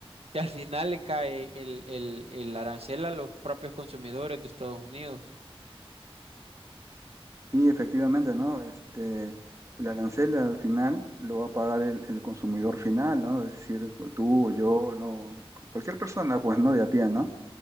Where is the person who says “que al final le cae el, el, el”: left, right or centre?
Right